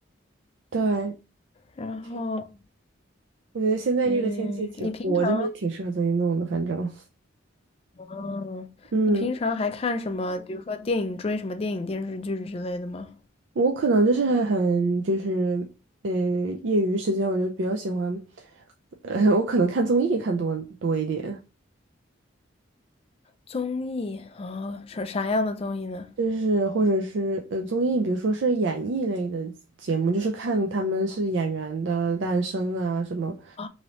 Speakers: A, on the right; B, on the left.
A: 对，
B: 然后，
A: 挺，我觉得现在这个天气挺，
B: 嗯，你平常
A: 我这边挺适合做运动的，反正。
B: 嗯，
A: 嗯。
B: 你平常还看什么？比如说电影，追什么电影、电视剧之类的吗？
A: 我可能就是很很就是嗯，业余时间，我就比较喜欢，呃，我可能看综艺看多多一点，
B: 综艺哦，啥啥样的综艺呢？
A: 就是或者是呃综艺，比如说是演艺类的节目，就是看他们是演员的诞生啊什么，
B: 哦